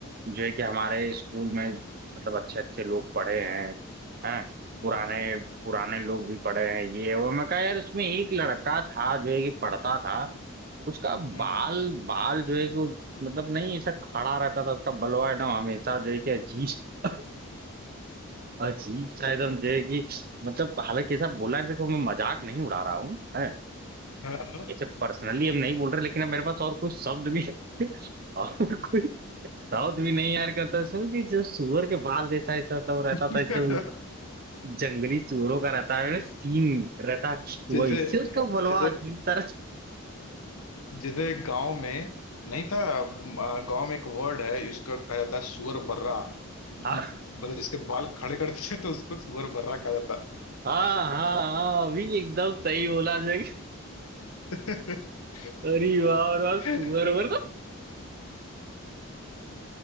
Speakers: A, on the right (about 45°); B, on the left (about 80°).
A: जो है कि हमारे स्कूल में मतलब अच्छे अच्छे लोग पढ़े हैं हैं
B: हम्म
A: पुराने पुराने लोग भी पढ़े हैं ये वो मैं कहा यार उसमें एक लड़का था जो है कि पढ़ता था उसका बाल
B: हम्म
A: बाल जो है कि वो- मतलब नहीं ऐसा खड़ा रहता था उसका बलवा एकदम हमेशा जो है कि अजीब अजीब सा एकदम जो है कि मतलब हालांकि ऐसा बोला है देखो मैं मजाक नहीं उड़ा रहा हूँ है
B: हाँ हाँ।
A: अच्छा पर्सनली हम नहीं बोल रहे लेकिन अब मेरे पास और कोई शब्द भी <laughs> और कोई शब्द भी नहीं यार कहता सुन कि जो सुअर के बाल जैसा ऐसा सब रहता
B: <laughs>
A: था जो जंगली सुअरों का रहता है सींग रहता है,
B: जैसे
A: वैसे उसका बलवा
B: जैसे
A: अजीब तरह
B: जैसे गांव में नहीं था अ, गांव में एक वर्ड है इसका कहा जाता है सुअर बर्रा
A: हाँ
B: मतलब जिसके बाल खड़े कर देते तो उसको सुअर बर्रा कहा जाता
A: हाँ हाँ हाँ, अभी एकदम सही बोला जग
B: <laughs>
A: अरे वाह अरे वाह सुअर
B: है।
A: उअर